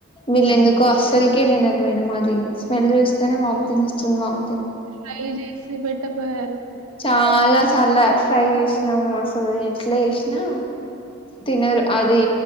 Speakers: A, on the left; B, on the right.
A: వీళ్ళ
B: హ్మ్.
A: ఎందుకో అస్సలుకి ఏంది తినరు మేడం అది స్మెల్ చూస్తేనే వామిటింగ్ వస్తది వామ్
B: ఫ్రై చేసి పెట్ట పోయారు
A: చాలా చాలా ఫ్రై చేసినాము అసలు ఎట్లా చేసినా తినరు అది